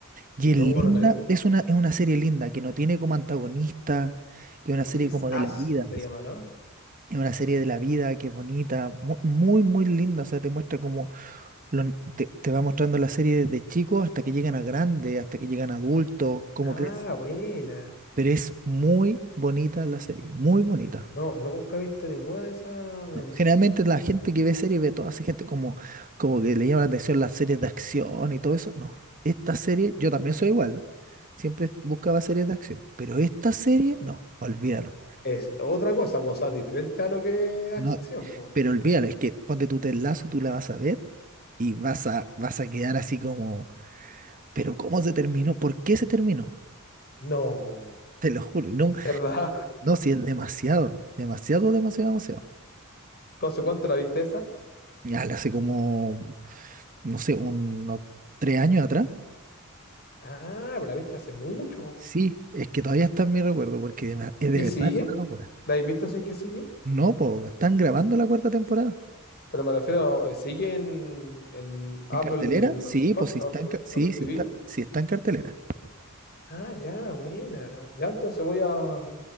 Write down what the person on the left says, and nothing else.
No, no la he visto.
This
Is
Us
se llama, ¿no?
Ah,
buena.
No, nunca he visto ninguna de esas,
Denis.
Es otra cosa, pues, o sea, diferente a lo que es acción,
pues.
No,
¿verdad? <laughs>
¿Tú hace cuánto la viste esa?
Ah, pero la viste hace mucho.
¿Y
sigue?
¿La has visto si es que sigue?
Pero me refiero, eh, ¿sigue en, en Apple
Store,
Apple,
Apple
TV?
Ah, ya, buena. Ya, entonces voy a,